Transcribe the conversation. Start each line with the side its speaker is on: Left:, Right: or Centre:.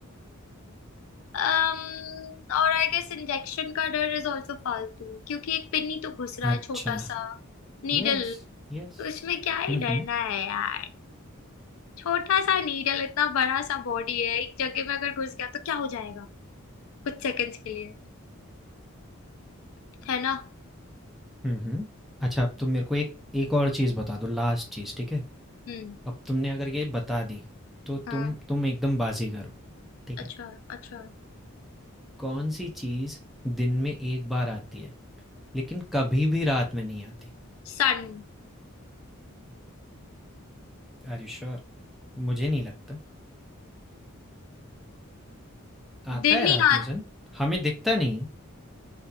Left: um, और आई गेस इंजेक्शन का डर इज ऑल्सो फालतू क्योंकि एक पिन ही तो घुस रहा है
Centre: अच्छा
Left: छोटा सा नीडल
Centre: Yes yes
Left: तो इसमें क्या ही
Centre: हम्म
Left: डरना
Centre: हम्म
Left: है यार छोटा सा नीडल इतना बड़ा सा बॉडी है एक जगह में अगर घुस गया तो क्या हो जाएगा कुछ सेकंड्स के लिए है ना
Centre: हम्म, हम्म। अच्छा अब तुम मेरे को एक एक और चीज़ बता दो लास्ट चीज़ ठीक है
Left: हम्म
Centre: अब तुमने अगर ये बता दी तो
Left: हाँ
Centre: तुम तुम एकदम बाजीगर हो ठीक
Left: अच्छा
Centre: है
Left: अच्छा
Centre: कौन सी चीज़ दिन में एक बार आती है लेकिन कभी भी रात में नहीं आती
Left: सन
Centre: Are you sure मुझे नहीं लगता आता
Left: दिन
Centre: है
Left: ही
Centre: रात
Left: आ
Centre: में सन हमें दिखता नहीं